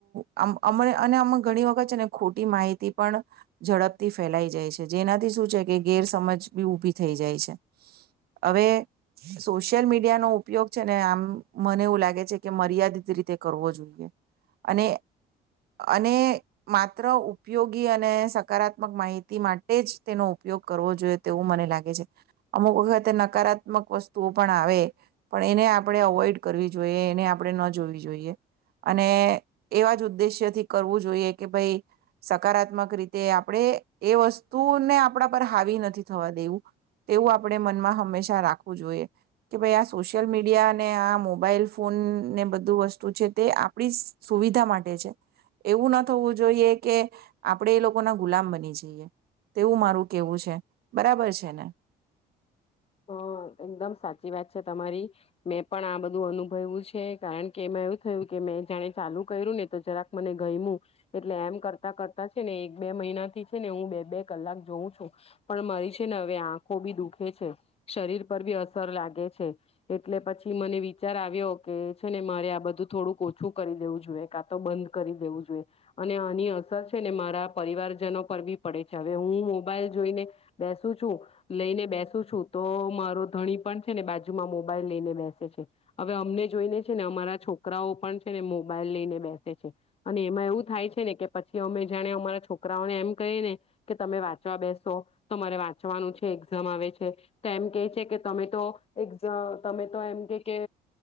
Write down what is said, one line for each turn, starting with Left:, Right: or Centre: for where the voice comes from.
Right: અમ અને આમાં ઘણી વખત છે ને ખોટી માહિતી પણ ઝડપથી ફેલાઈ જાય છે. જેનાથી શું છે કે ગેરસમજ બી ઉઊભી થઈ જાય છે હવે સોશિયલ મીડિયાનો ઉપયોગ છે ને આમ મને એવું લાગે છે કે, મર્યાદિત રીતે કરવો જોઈએ અને અને માત્ર ઉપયોગી અને સકારાત્મક માહિતી માટે જ તેનો ઉપયોગ કરવો જોઈએ. તેવું મને લાગે છે, અમુક વખતે નકારાત્મક વસ્તુઓ પણ આવે પણ એને આપણે અવોઈડ કરવી જોઈએ એને આપણે ન જોવી જોઈએ અને એવા જ ઉદ્દેશ્યથી ું જોઈ કે ભ સકારાત્મક રીતે આપણે એ વસ્તુને આપ પર હાવી નથી, થવા દેવું. તેવું આપણે મમાં હંમેશા રાખવું જોઈએ. કે, ભ આ સોશલ મીડિયા મોબાઈલ ફોન ને બધું વસ્તુ છે, તે આપડી સુવિધા માટે છે એવું ના થવું જોઈએ કે, આપડે એ લોકો ના ગુલામ બની તેવું મારું કેવું છે બરાબર છે ને
Left: હા એકદમ સાચી વાત છે તમારી મેં પણ, આ બધું અનુભવ્યું છે કારણ કે એમાં એવું થયું કે મેં જાણે ચાલુ કર્યું ને તો જરાક મને ગયમું એટલે, એમ કરતા કરતા છે ને એક બે મહિના થી હું, બે બે કલાક જોઉં છું પણ મારી છે. ને હવે આંખો બી દુખે છે શરીર પર બી અસર લાગે છે એટલે પછી મને વિચાર આવ્યો કે છે ને મારે આ બધું થોડુંક ઓછું કરી દેવું જોઈએ કાં તો બંધ કરી દેવું જોઈએ અને આની અસર છે, ને મારા પરિવારજનો ફવી પડે છે હવે હું મોબાઈલ જોઈને, બેસું છું લઈને બેસું છું તો મારો ધણી પણ છે ને બાજુમાં મોબાઈલ લઈને બેસે છે હવે અમને જોઈને છે ને અમારા છોકરાઓ પણ છે ને મોબાઈલ લઈને બેસે છે અને એમાં એવું થાય છે ને કે પછી અમે જાણે અમારા છોકરાઓને એમ ને કે તમે વાંચવા બેસો તમારે વાંચવાનું છે એઝામ આવે છે તો એમ કે છે કે તમે તો એક્ઝામ તમે તો એમ કે કે